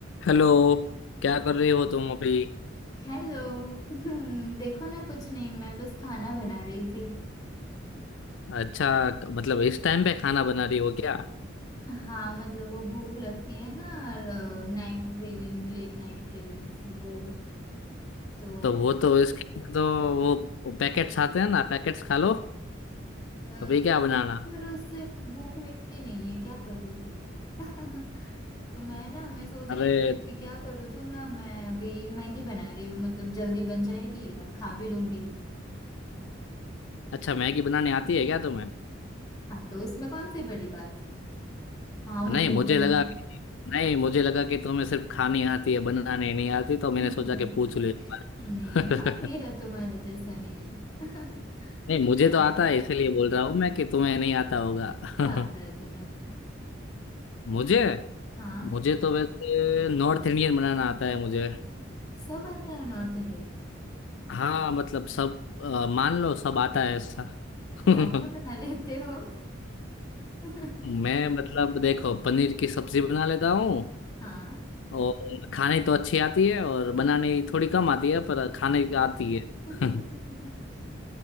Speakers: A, on the left; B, on the left.
A: Hello क्या कर रही हो तुम अभी
B: Hello <laughs> देखो ना कुछ नहीं मैं बस खाना बना रही थी
A: अच्छा मतलब इस टाइम पे खाना बना रही हो क्या
B: हाँ मतलब वो भूख लगती है ना Night craving late night cravings वो तो
A: तो वो तो इसके तो वो पैकेट्स आते हैं ना पैकेट्स खा लो
B: अ, नहीं,
A: अभी क्या बनाना
B: पर उससे भूख मिटती नहीं है क्या करूँ <laughs> तो मैं ना मैं सोच
A: अरे
B: रही थी कि अभी क्या करूँ तो ना मैं अभी मैगी बना रही हूँ मतलब जल्दी बन जाएगी और खा भी लूंगी
A: अच्छा मैगी बनानी आती है क्या तुम्हें
B: हाँ तो उसमें कौन सी बड़ी बात हाँ मतलब
A: नहीं मुझे
B: वो
A: लगा कि नहीं मुझे लगा कि तुम्हें सिर्फ खानी आती है बनाने नहीं आती तो मैंने
B: <laughs>
A: सोचा कि पूछ लो एक बार
B: नहीं हाँ मेरा
A: <laughs>
B: तुम्हारे जैसा नहीं है <laughs>
A: नहीं
B: तुम्हें
A: मुझे तो आता
B: आता है
A: है इसीलिए बोल रहा हूँ मैं कि तुम्हें नहीं आता होगा <laughs>
B: क्या आता है तुम्हें
A: मुझे
B: हाँ
A: मुझे तो वैसे नॉर्थ इंडियन बनाना आता है मुझे
B: सब आता है नॉर्थ इंडियन
A: हाँ मतलब सब अ, मान लो सब आता है ऐसा <laughs>
B: क्या क्या बना लेते हो <laughs>
A: मैं मतलब देखो पनीर की सब्जी बना लेता हूँ
B: हाँ
A: और खाने तो अच्छी आती है और बनाने थोड़ी कम आती है पर खाने की आती है
B: <laughs>
A: <laughs>